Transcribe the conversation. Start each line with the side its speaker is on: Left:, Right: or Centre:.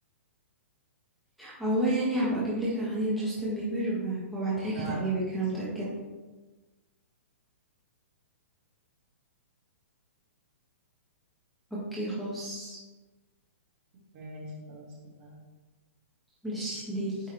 Centre: عموما يعني هبقى اجيب لك اغاني لجاستن بيبر وه- وابعتها
Right: لا
Centre: لك هتعجبك
Right: لا
Centre: انا
Right: بصراحة
Centre: متأكدة اوكي خلاص
Right: ماشي خلاص اتفقنا
Centre: مش ديل